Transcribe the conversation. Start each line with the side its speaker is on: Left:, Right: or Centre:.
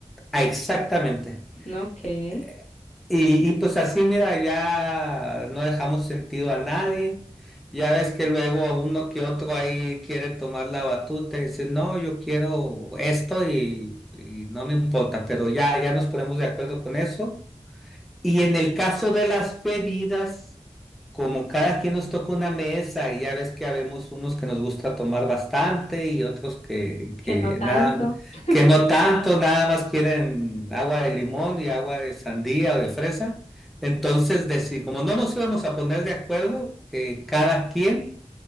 Centre: Ah, Exactamente.
Left: No, que,
Centre: Eh, Y, y pues así, mira, ya no dejamos sentido a nadie. Ya ves que luego uno que otro ahí quiere tomar la batuta y decir, no, yo quiero esto y, y no me importa, pero ya, ya nos ponemos de acuerdo con eso. Y en el caso de las bebidas, como cada quien nos toca una mesa y ya ves que habemos unos que nos gusta tomar bastante y otros que,
Left: que
Centre: que
Left: no tanto.
Centre: nada,
Left: <laughs>
Centre: que no tanto, nada más quieren agua de limón y agua de sandía o de fresa. Entonces, deci- como no nos íbamos a poner de acuerdo, eh, cada quien